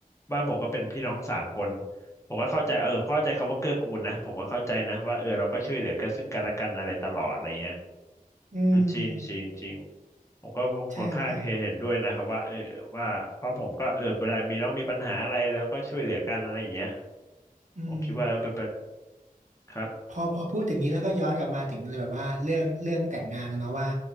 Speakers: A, on the left; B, on the right.
A: บ้านผมก็เป็นพี่น้องสามคนผมก็เข้าใจเออเข้าใจคำว่าเกื้อกูลนะผมก็เข้าใจนะว่าเออเราก็ช่วยเหลือกันซึ่งกันและกันอะไรตลอดอะไรเงี้ย
B: อืม
A: จริงจริงจริงผมก็คอนข้างเห็นด้วยนะครับว่าเออว่าเพราะผมก็เออเวลามีน้องมีปัญหาอะไรแล้วก็ช่วยเหลือกันอะไรอย่างเงี้ย
B: ใช่ใช่อืม
A: ผมคิดว่าเป็นเป็นครับ
B: พอพอพูดถึงนี้แล้วก็ย้อนกลับมาถึงแบบว่าเรื่องเรื่องแต่งงานนะเนาะว่า